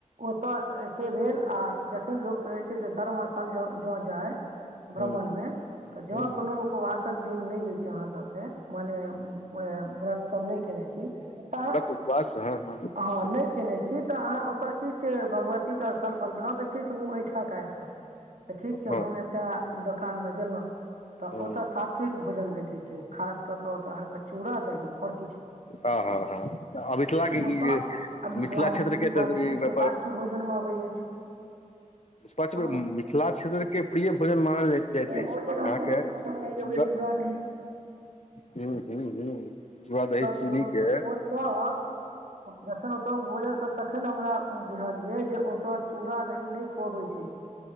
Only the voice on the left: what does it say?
हूँ
हूँ हूँ
सुब्बा सँ हँ हँ निश्चित
हँ
हँ
हँ हँ हँ तऽ मिथिला के
ई जे
मिथिला क्षेत्र
के
तऽ
पच
मिथिला क्षेत्र के प्रिय भोजन मानल जाएत जाएत
ऐछ
अहाँके
चूड़
हू हू हू चुड़ा दही चीनी
के